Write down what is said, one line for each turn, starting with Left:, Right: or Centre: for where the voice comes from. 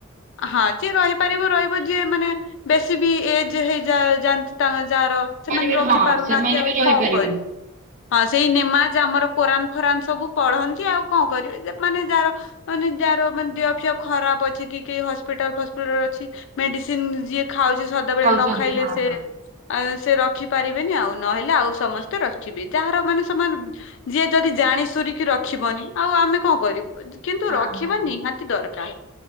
Left: ହଁ ଯିଏ ରହିପାରିବ ରହିବ ଯିଏ ମାନେ ବେଶୀ ବି ଏଜ ହେଇଯା ଯାନ୍ତି ତାଙ୍କ ଯାହାର ସେମାନେ
Right: ବି
Left: ରଖି
Right: ହଁ
Left: ପାରୁନାହାନ୍ତି
Right: ସେମାନେ
Left: ଆଉ
Right: ବି ରହିପାରିବେ
Left: କଣ କରିବୁ ହଁ ସେଇ ନେମାଜ ଆମର କୋରାନ ଫୋରାନ ସବୁ ପଢନ୍ତି ଆଉ କଣ କରିବି ମାନେ ଯାହାର ମାନେ ଯାହାର ମାନେ ଦିଅ ଫିଅ ଖରାପ ଅଛି କି କେହି ହସ୍ପିଟାଲ ଫସ୍ପିଟାଲ ଅଛି ମେଡିସିନ ଯିଏ ଖାଉଛି ସଦାବେଳେ
Right: ଖାଉଛନ୍ତି
Left: ନ ଖାଇଲେ
Right: ହଁ
Left: ସେ
Right: ହଁ।
Left: ଆ ସେ ରଖି ପାରିବେନି ଆଉ ନହେଲେ ଆଉ ସମସ୍ତେ ରଖିବେ ଯାହାର ମାନେ ସେମାନ ଯିଏ ଯଦି ଯା ପାଣି ସୁରିକି ରଖିବନି ଆଉ ଆମେ କଣ କରିବୁ କିନ୍ତୁ
Right: ହଁ
Left: ରଖିବା
Right: ହଁ ହଁ
Left: ନିହାତି ଦରକାର